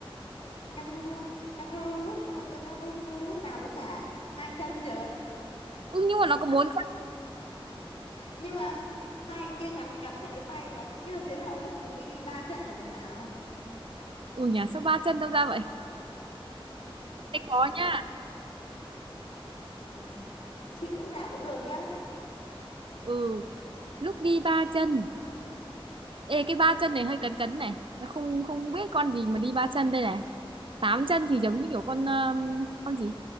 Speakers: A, on the left; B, on the right.
A: kangaroo kangaroo lúc kangaroo lúc nào nó chả hai chân trời
B: ừ nhưng mà nó có bốn
A: nhưng mà hai kia ngắn ngắn thành cái tay mà nhưng mà thế là lúc nó đi đi ba chân là thế nào
B: ừ nhỉ sao ba chân đâu ra vậy Thế có nha.
A: Ừ, chịu lúc nào cũng được nhá
B: ừ lúc đi ba chân ê cái ba chân này hơi cấn cấn này Nó không không biết con gì mà đi ba chân đây này tám chân thì giống như kiểu con um, con gì